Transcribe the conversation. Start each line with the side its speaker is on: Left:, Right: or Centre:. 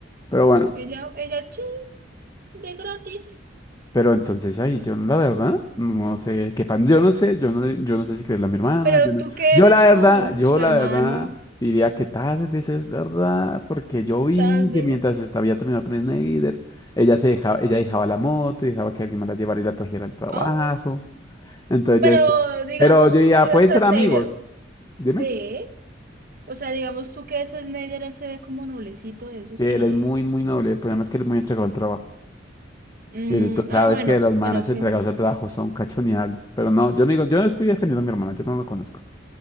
Left: Pero bueno,
Right: Ella, ella, sí, de gratis.
Left: Pero entonces ahí yo la verdad no sé qué pan, yo no sé, yo no, le- yo no sé si creerle a mi hermana,
Right: Pero
Left: yo no-
Right: tú que
Left: yo
Right: eres
Left: la
Right: su,
Left: verdad, yo
Right: su
Left: la
Right: hermano,
Left: verdad diría que tal vez es verdad, porque yo vi
Right: tal
Left: que
Right: vez.
Left: mientras estaba ya terminando con Snyder, ella se dejaba, ella dejaba la moto, dejaba que alguien más la llevara y la trajera al trabajo.
Right: Ah,
Left: Entonces
Right: Pero
Left: yo decía,
Right: digamos
Left: pero yo
Right: tú
Left: ya
Right: que ves
Left: pueden
Right: a
Left: ser
Right: Snyder,
Left: amigos, dime.
Right: Sí. O sea, digamos tú que ves a Snyder, él se ve como noblecito de esos
Left: Sí, él
Right: que...
Left: es muy, muy noble, el problema es que él es muy entregado al trabajo.
Right: Mm,
Left: Y tú sabes
Right: ah, bueno,
Left: que
Right: s-
Left: los manes
Right: bueno, sí.
Left: entregados al trabajo son cachoneables, pero no, yo no digo, yo no estoy defendiendo a mi hermana, yo no lo conozco.